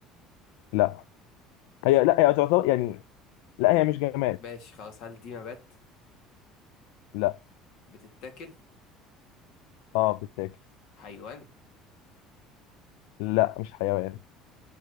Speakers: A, on the left; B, on the left.
A: لا هي لا هي تعتبر يعني لا هي مش جماد
B: ماشي خلاص هل دي نبات
A: لا
B: بتتاكل
A: اه بتتاكل
B: حيوان
A: لا مش حيوان